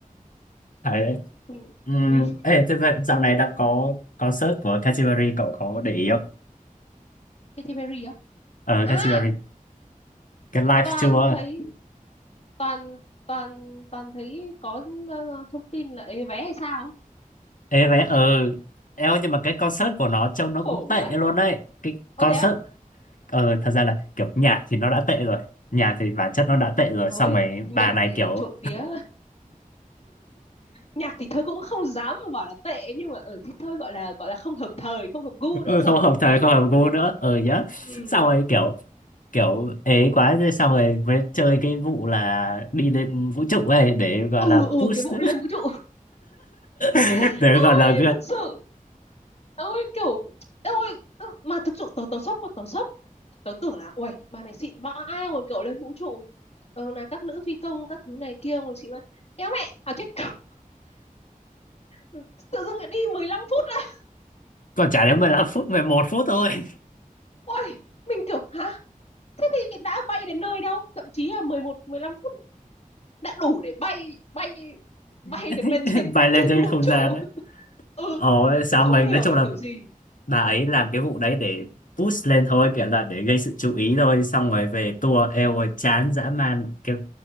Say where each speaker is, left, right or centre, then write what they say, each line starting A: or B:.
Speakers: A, on the left; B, on the left.
A: phải đấy
B: chung
A: Ừm,
B: ừ.
A: ê thế vậy dạo này đã có concert của Katy Perry cậu có để ý không
B: <laughs> Katy Perry á
A: ờ
B: à
A: Katy Perry cái live
B: toàn
A: tour
B: thấy toàn toàn toàn thấy có ờ, thông tin là ế vé hay sao
A: ê vé ờ eo nhưng mà cái concert của nó trông nó
B: khổ
A: cũng tệ
B: vãi
A: luôn đấy cái
B: ô
A: concert
B: thế á
A: ờ thật ra là kiểu nhạc thì nó đã tệ rồi nhạc thì bản chất nó đã tệ rồi
B: thôi
A: xong rồi bà
B: nhạc
A: này
B: thì
A: kiểu
B: trộm vía nhạc thì thôi cũng không dám mà bảo là tệ nhưng mà ở ừ, thì thôi gọi là gọi là không hợp thời không hợp gu nữa
A: ừ,
B: rồi
A: không hợp thời
B: ừ
A: không hợp gu nữa ờ ừ, nhá
B: ừ
A: xong rồi kiểu kiểu ấy quá thế xong rồi mới chơi cái vụ là đi lên vũ trụ ấy để gọi
B: Ừ.
A: là
B: ừ,
A: push
B: ừ cái vụ đi lên vũ trụ
A: <laughs>
B: <laughs>
A: để
B: ôi
A: gọi là
B: thực sự ôi kiểu ôi mà thực sự tớ tớ sốc quá tớ sốc tớ tưởng là ui bà này xịn vãi rồi kiểu lên vũ trụ ờ, là các nữ phi công các thứ này kia rồi xịn vãi kéo mẹ à chết <laughs> tự dưng lại đi 15 phút á
A: còn chả đến 15 phút 11 phút thôi
B: ôi mình kiểu hả thế thì đã bay đến nơi đâu thậm chí là mười một mười lăm phút đã đủ để bay bay bay
A: <laughs>
B: được lên trên
A: bay lên
B: trên
A: trên
B: vũ
A: không
B: trụ
A: gian
B: <laughs>
A: ấy.
B: ừ
A: Ồ, xong
B: nó không
A: rồi nói
B: hiểu
A: chung
B: là
A: là
B: kiểu gì
A: bà ấy làm cái vụ đấy để push lên thôi kiểu là để gây sự chú ý thôi xong rồi về tour eo ơi, chán dã man kiểu